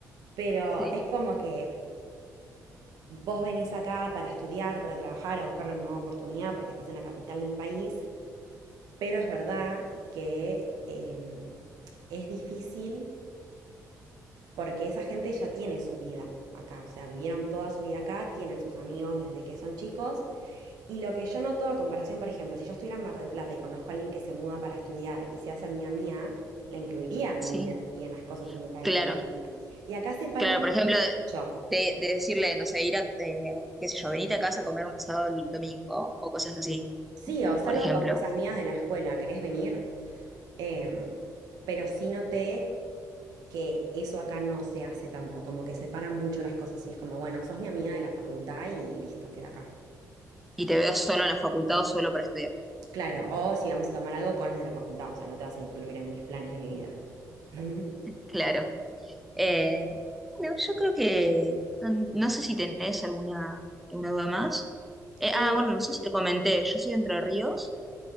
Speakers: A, on the right; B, in the centre.
A: Pero
B: Sí,
A: es como que vos venís acá para estudiar, para trabajar, a buscar una nueva oportunidad porque estás en la capital del país pero es verdad que eh, es difícil porque esa gente ya tiene su vida acá, o sea, vivieron toda su vida acá, tienen sus amigos desde que son chicos. Y lo que yo noto a comparación, por ejemplo, si yo estuviera en Mar del Plata y conozco a alguien que se muda para estudiar y se hace amiga mía, la incluiría en
B: sí,
A: mi vida y en las cosas si me cae
B: claro.
A: bien esa amiga. Y acá separan
B: Claro, por ejemplo,
A: mucho.
B: de, de decirle, no sé, ir a, eh, qué sé yo, venite a casa a comer un asado el domingo o cosas así,
A: Sí, o salgo
B: por ejemplo.
A: con mis amigas de la escuela, ¿querés venir? Em, pero sí noté que eso acá no se hace tanto, como que separan mucho las cosas y es como, bueno, sos mi amiga de la facultad y listo, queda acá.
B: Y te veo solo en la facultad o solo para estudiar.
A: Claro, o si vamos a tomar algo con los de la facultad, o sea, no te vas a incluir en mis planes de mi vida. <laughs>
B: Claro. Eh, bueno, yo creo que no, no sé si tenés alguna, alguna duda más. Eh,
A: Eh,
B: ah, bueno, no sé si te comenté, yo soy de Entre Ríos,